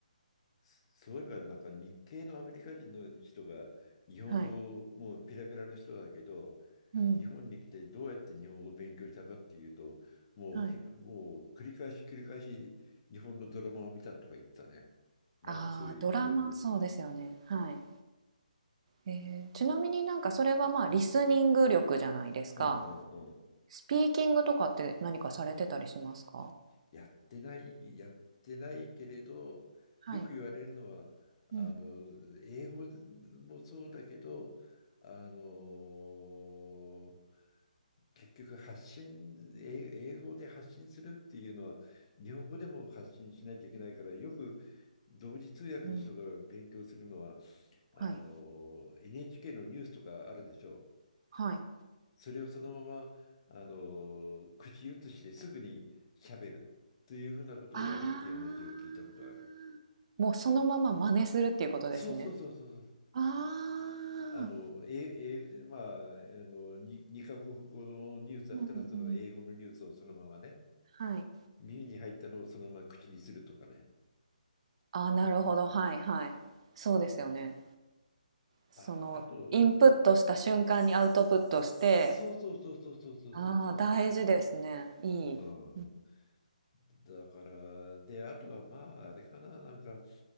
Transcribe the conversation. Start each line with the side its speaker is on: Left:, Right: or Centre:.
Left: そういえばなんか日系のアメリカ人の人が日本語もうペラペラの人だけど、
Right: はい。うん。
Left: 日本に来てどうやって日本語を勉強したかっていうと、もうひ、
Right: はい。
Left: もう繰り返し繰り返し日本のドラマを見たとか言ったね。なんかそういう、
Right: ああ、ドラマ、
Left: うん、
Right: そうですよね。はい。えー、ちなみになんかそれはまあリスニング力じゃないですか。
Left: うんうんうん。
Right: スピーキングとかって何かされてたりしますか
Left: やってない、やってないけれど、
Right: はい。
Left: よく言われるのは、あの、
Right: うん。
Left: 英語もそうだけど、あの結局発信、英英語で発信するっていうのは日本語でも発信しなきゃいけないからよく同時通訳の人が勉強するのは
Right: うん。
Left: あの
Right: はい。
Left: NHK のニュースとかあるでしょう。
Right: はい。
Left: それをそのままあの口移しですぐに喋るというふうなことをやるっていう話を聞いたことがある。
Right: ああ。もうそのまま真似するっていうことですね。
Left: そうそうそうそうそう。
Right: ああ。
Left: あの、え、え、まあ、あのに、に二カ国語のニュースだったら、
Right: うんうん。
Left: その英語のニュースをそのままね、
Right: はい。
Left: 耳に入ったのをそのまま口にするとかね。
Right: ああ、なるほど。はいはい。そうですよね。そのインプットした瞬間にアウトプットして、
Left: あ、あと、そうそうそうそうそうそうそうそうそうそ
Right: ああ、大事ですね。いい。
Left: う。うん、
Right: うん
Left: だから、で、あとはまあ、あれかな、なんか、